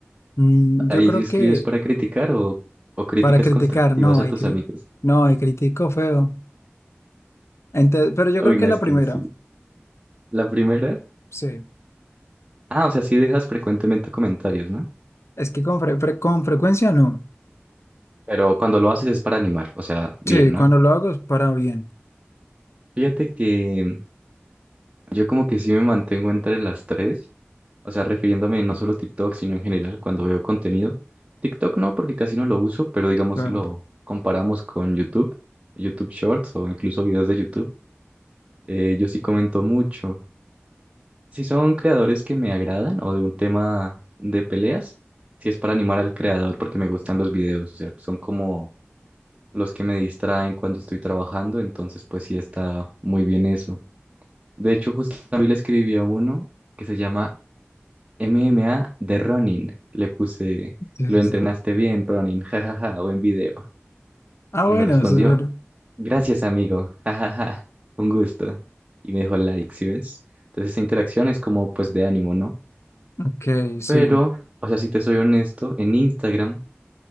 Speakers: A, on the left; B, on the right.
A: Mm, yo
B: Ahí
A: creo
B: sí escribes
A: que
B: para criticar o, o críticas
A: para criticar,
B: constructivas
A: no,
B: a
A: hay,
B: tus
A: cri-
B: amigos.
A: no, hay critico feo. Ente- pero yo
B: Uy,
A: creo
B: no,
A: que la
B: es que
A: primera,
B: sí. La primera.
A: sí.
B: Ah, o sea, sí dejas frecuentemente comentarios, ¿no?
A: Es que con, fre- fre- con frecuencia no.
B: Pero cuando lo haces es para animar, o sea, bien,
A: Sí,
B: ¿no?
A: cuando lo hago es para bien,
B: Fíjate que Yo como que sí me mantengo entre las tres, o sea, refiriéndome no solo a TikTok, sino en general cuando veo contenido. TikTok no, porque casi no lo uso, pero digamos
A: claro.
B: si lo comparamos con YouTube, YouTube Shorts o incluso videos de YouTube, eh, yo sí comento mucho. Si son creadores que me agradan o de un tema de peleas, si es para animar al creador porque me gustan los videos, o sea, son como los que me distraen cuando estoy trabajando, entonces pues sí está muy bien eso. De hecho, justo también le escribí a uno que se llama MMA de Ronin. Le puse,
A: Sí,
B: lo entrenaste
A: sí, sí.
B: bien, Ronin, jajaja, buen video.
A: Ah,
B: Y
A: bueno,
B: me respondió,
A: eso es bueno.
B: gracias, amigo, jajaja, un gusto. Y me dejó like, ¿sí ves? Entonces esa interacción es como, pues, de ánimo, ¿no?
A: Ok, sí.
B: Pero, o sea, si te soy honesto, en Instagram,